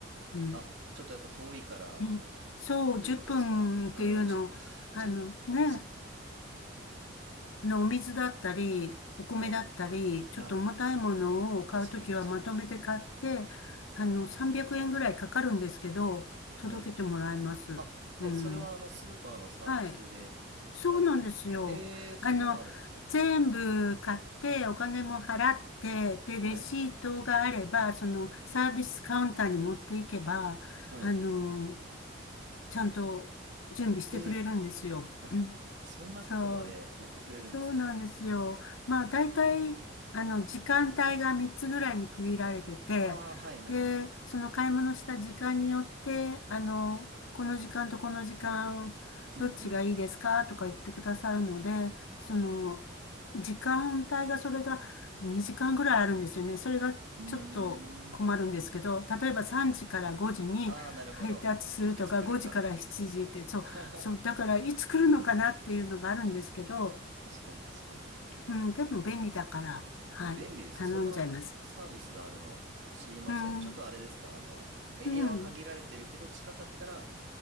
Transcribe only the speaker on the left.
うん。
うんそう、
10分っぷんっていうの、
あのね、
あの、お水だったり、お米だったり、
ちょっと重たいものを買うときはまとめて買って、
あの、300円ぐらいかかるんですけど、届けてもらいます。
うん。
はい。そうなんですよ。
あの、全部買ってお金も払って、で、レシートがあれば、
そのサービスカウンターに持っていけば、
あの、ちゃんと準備してくれるんですよ。
うん。
そう。そうなんですよ。まあ、大体、あの、時間帯が3つぐらいに区切られてて、
で、その買い物した時間によって、あの、この時間とこの時間、
どっちがいいですかとか言ってくださるので、その、時間帯がそれが2時間ぐらいあるんですよね。それがちょっと困るんですけど、
例えば3時から5時に配達するとか、
5時から7時って、そう、
そう、だからいつ来るのかなっていうのがあるんですけど、
うん、でも便利だから、はい、
頼んじゃいます。
うん、
うん、